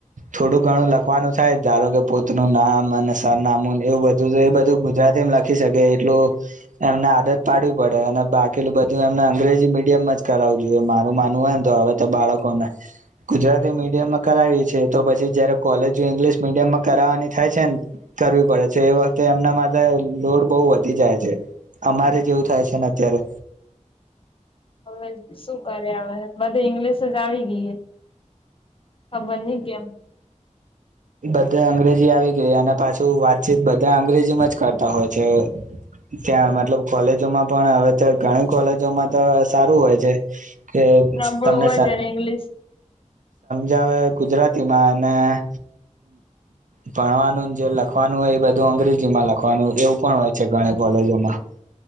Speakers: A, on the right; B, on the left.
A: થોડું ઘણું લખવાનું થાય ધારો કે પોતનું નામ અને સરનામુંને એવું બધું જો એ બધું ગુજરાતીમ લખી શકે એટલું એમને આદત પાડવી પડે અને બાકીલું બધું એમને અંગ્રેજી મીડિયમમાં જ કરાવું જોઈએ મારું માનવું એમ તો હવે તો બાળકોને ગુજરાતી મીડિયમમાં કરાવી છે તો પછી જયારે કોલેજ ઈંગ્લિશ મીડિયમમાં કરાવવાની થાય છે ને કરવી પડે છે એ વખતે એમના માથે લોડ બહુ વધી જાય છે અમારે જેવું થાય છે ને અત્યારે
B: હવે શું કરે હવે બધી ઇંગ્લિશ જ આવી ગઈ હે ખબર નઈ કેમ
A: બધે અંગ્રેજી આવી ગઈ અને પાછું વાતચીત બધા અંગ્રેજીમાં જ કરતા હોય છે ત્યાં મતલબ કોલેજોમાં પણ હવે તો ઘણી કોલેજોમાં તો સારું હોય છે કે
B: નબળું
A: તમને
B: હોય
A: સ
B: જેને ઇંગ્લિશ
A: જાવે ગુજરાતી માં અને અ ભણવાનું જે લખવાનું હોય એ બધું અંગ્રેજી માં લખવાનું હોય એવું પણ હોય છે ઘણે કોલેજોમાં